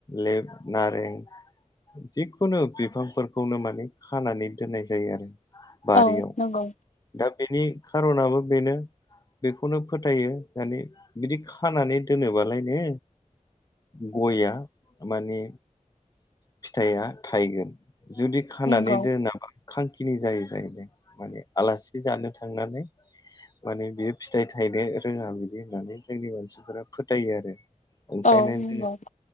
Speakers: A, on the left (about 30°); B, on the left (about 65°).
A: लेब' नारें जिखुनु बिफांफोरखौनो माने खानानै दोननाय जायो आरो बारियाव
B: औ नंगौ
A: दा बेनि खारनाबो बेनो बेखौनो फोथायो माने बिदि खानानै दोनोबालायनो गय'आ माने फिथाइया थाइगोन जुदि खानानै
B: नंगौ
A: दोनाबा खांखि नि जायो जायो माने आलास बि जानो थांनानै माने बियो फिथाइ थायनो रोङा बिदि होननानै जोंनि मानसिफोरा फोथायो आरो ओंखायनो
B: औ नंगौ
A: जोङो